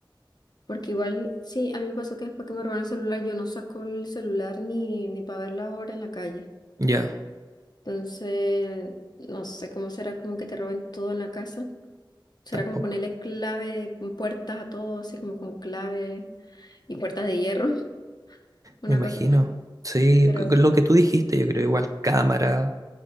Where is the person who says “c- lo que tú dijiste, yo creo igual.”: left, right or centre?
Right